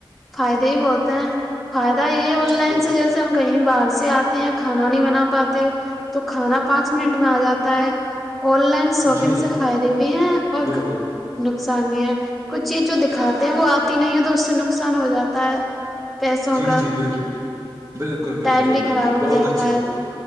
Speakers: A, in the centre; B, on the right (about 35°).
A: فائدے ہی بہتے ہیں فائدہ یہ آن لائن
B: تو
A: سے جیسے ہم کہیں باہر سے آتے ہیں کھانا نہیں بنا پاتے تو کھانا پانچ منٹ میں آ جاتا ہے آن لائن شاپنگ
B: جی جی
A: سے فائدے بھی ہیں اور
B: بالکل
A: نقصان بھی ہے کچھ چیز جو دکھاتے ہیں وہ آتی نہیں ہے تو اس سے نقصان ہو جاتا ہے پیسوں
B: جی
A: کا
B: جی بال بالکل بالکل
A: ٹائم بھی خراب
B: بالکل
A: ہو
B: بہت
A: جاتا
B: اچھی
A: ہے
B: بات